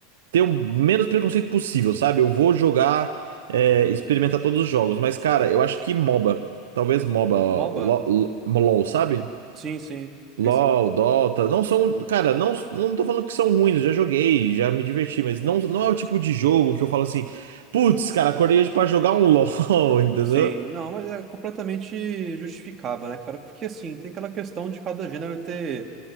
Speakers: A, on the right; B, on the right.
A: ter o menos preconceito possível, sabe? Eu vou jogar, é, experimentar todos os jogos, mas cara, eu acho que MOBA, talvez MOBA,
B: MOBA?
A: ó, Lo- Lo- LOL, sabe?
B: Sim, sim,
A: LOL,
B: fez sim.
A: Dota, não são, cara, não, não tô falando que são ruins, eu já joguei, já me diverti, mas não, não é o tipo de jogo que eu falo assim, putz, cara, acordei hoje pra jogar um LOL, <laughs> entendeu?
B: Sim, não, mas é completamente justificável, né, cara? Porque assim, tem aquela questão de cada gênero ter